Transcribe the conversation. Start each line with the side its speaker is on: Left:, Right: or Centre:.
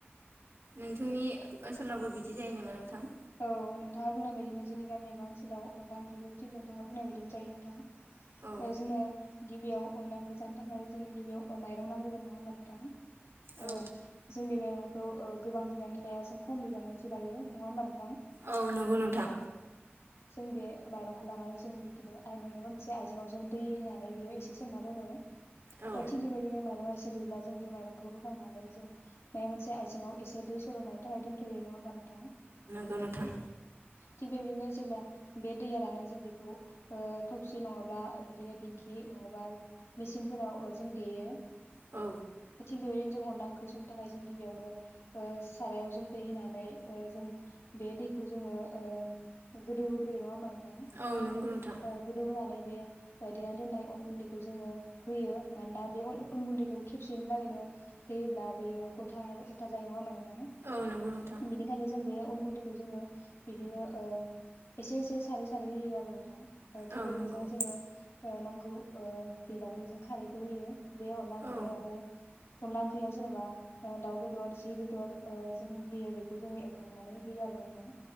Right: नोंथांनि ओनसोलावबो बिदि जायो नामा नोंथां?
Left: औ नोंथाङा बुंनाय बायदिनो जोंनि गामि एबा ओनसोलाव अनला ओंख्रिखौ थिग नोंथाङा बुंनाय बायदिनो जायो नोंथां।
Right: औ
Left: जोंनो गिबियाव अनला ओंख्रि जानो थाखाय जोंनो गिबियाव ओ माइरं नांग्रोगोन नङा होमबा नोंथां? ओ
Right: औ
Left: जों बि माइरंखौ ओ गोबां बिबांनि लाया जों खम बिबांनिसो लायो नङा ओम्बा नों
Right: औ नोंगौ नोंथां।
Left: जों बे माइरंखौ लानानै जों बिदिनो <unintelligible> मोनसे आइजेंआव जों दै होनानै बेयाव एसे सोमना दोनो।
Right: औ
Left: थिग बेबायदिनो माइरंआ इसे रुयोब्ला जों बे माइरंखौ बोखांनानै जों माया मोनसे आइजेंआव एसे दै सोर'नायनि थाखाय दोनथ'यो नङा होमबा नों थां?
Right: गौ नोंथां।
Left: थिग बेबिदिनो जेब्ला बे दैया रानो जों बेखौ ओ थबसि नङाब्ला बिदिनो दिंखि नङाबा मेचिनफोराव ओ जों देयो।
Right: औ
Left: थिग बेबेदिनो जों अनला ओंख्रि संनो थाखाय जों गिबियावनो ओ सारायाव जों दै होनानै ओ जों बे दैखौ जोङो ओ गोदौहोग्रोयो नङा होमबा नों थां
Right: औ नंगौ नोंथां
Left: ओ गोदौ होनानै बे देना ओ दोनाय अन गुन्दैखौ जोङो होयो। मानोना बे अय-अन गुन्दैखौ खेबसेयैनि लागायनो होयोब्ला बेयो गथा गथा जायो नङा ओमबा नों थां?
Right: औ नंगौ नोंथां
Left: बिनिखायनो जों बे अन गुन्दै खौ जोङो बिदिनो ओ एसे एसे सारै सारै होयो आरो नोंथां। ओ थिग
Right: औ
Left: बेबिदिनो
Right: नंगौ
Left: जोङो ओ नोंगौ ओ बिबांनि जों खारैखौ होयो। बे अनला ओंख्रियाव
Right: औ
Left: आरो अनला ओंख्रियाव जेनेबा ओ दाउ बेदर जि बेदर ओ जों होयो बेखौ जोङो एवफ्रामनानै होयो आरो नोंथां।